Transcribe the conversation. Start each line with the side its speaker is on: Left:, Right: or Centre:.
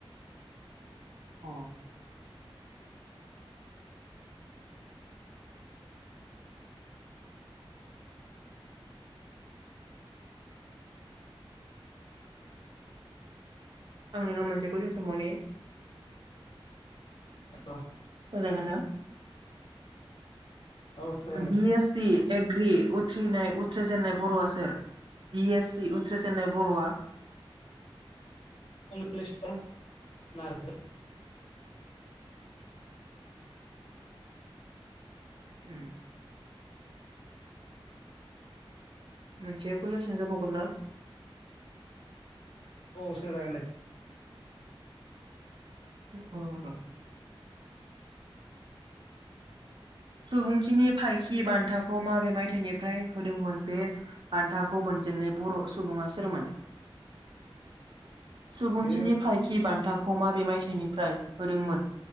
Right: अ आं नुाव मोनसे कुइसन सोंबावनि
Left: <unintelligible>
Right: सोंजागोन ना
Left: औ सोंजागोन दे
Right: बि एस सि एग्रि उथ्रिनाय उथ्रिजेननाय बर'आ सोर बि एस सि उथ्रिजेननाय बर'आ
Left: कमलेशर नार्जारि
Right: उ
Left: <inaudible>
Right: मोनसे कुइसन सोंजा बावगोन ना
Left: औ सोंजागोन दे
Right: अ सुबुंथिनि फायखि बान्थाखौ माबे मायथायाइनिफ्राय होदोंमोन बे बान्थाखौ मोन जेननाय बर' सुबुङा सोरमोन
Left: <inaudible>
Right: सुबुंथिनि
Left: बे
Right: फायखि बान्थाखौ खौ मा बे मायथाइनिफ्राय होदोंमोन